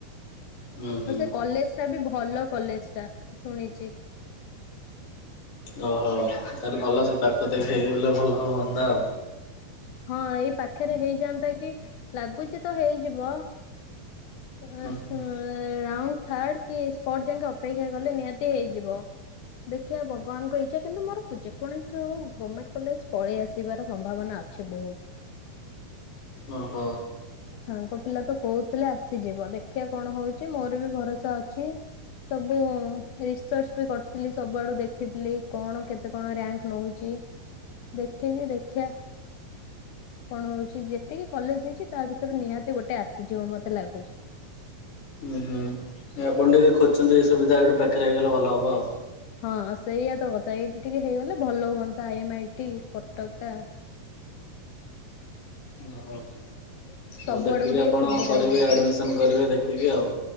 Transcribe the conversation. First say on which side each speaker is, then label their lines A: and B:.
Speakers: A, on the left; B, on the left.
A: ହଁ
B: ଆଉ ସେ କଲେଜ ଟା ବି ଭଲ କଲେଜ ଟା ଶୁଣିଚି
A: ତ ତାହେଲେ ଭଲ ସେ ପାଖ ସେଇଠି ହେଲେ ଭଲ ହୁଅନ୍ତା ଆଉ।
B: ହଁ ଏଇ ପାଖରେ ହେଇଯାଆନ୍ତା କି ଲାଗୁଚି ତ ହେଇଯିବ ରାଉଣ୍ଡ
A: ହୁଁ ହୁଁ
B: ଥାର୍ଡ କି ସ୍ପଟ୍ ଯାଙ୍କେ ଅପେକ୍ଷା କଲେ ନିହାତି ହେଇଯିବ। ଦେଖିଆ ଭଗବାନଙ୍କ ଇଚ୍ଛା କିନ୍ତୁ ମୋର ଯେକୌଣସୀ ଗଭର୍ଣମେଣ୍ଟ କଲେଜ ପଳେଇ ଆସିବାର ସମ୍ଭାବନା ଅଛି। ସେ ବହୁତ
A: ଓହୋ
B: ସାଙ୍ଗ ପିଲା ତ କହୁଥିଲେ ଆସିଯିବ ଦେଖିବା କଣ ହଉଛି ମୋର ବି ଭରସା ଅଛି। ସବୁ ରିସର୍ଚ ବି କରିଥିଲି ସବୁଆଡୁ ଦେଖିଥିଲି କଣ କେତେ କଣ ରାଙ୍କ ନେଉ ଚି ଦେଖିଚି ଦେଖିଆ କଣ ହଉଛି ଯେତିକି କଲେଜ ଦେଇଛି ତା ଭିତରୁ ନିହାତି ଗୋଟେ ଆସିଯିବ ମତେ ଲାଗୁଛି।
A: ହୁଁ ହୁଁ ଏ ଆପଣ ଟିକେ ଖୋଜଛନ୍ତି ସୁବିଧା ଏଇଠୁ ପାଖରେ ହେଇଗଲେ ଭଲ ହେବ ଆଉ।
B: ହଁ ହଁ ସେଇଆ ତ କଥା ଏଇଠି ଟିକେ ହେଇଗଲେ ଭଲ ହୁଅନ୍ତା I M I T Cuttack ଟା
A: ହୁଁ ଭଲ ହୁଅନ୍ତା। ହଉ
B: ସବୁ
A: ଦେଖିକି
B: ଆଡକୁ ଟିକେ
A: ଆପଣ
B: ସୁବିଧା
A: କରିବେ
B: ହୁଅନ୍ତା
A: ଆଡ଼ମିସନ୍ କରିବେ ଦେଖିକି ଆଉ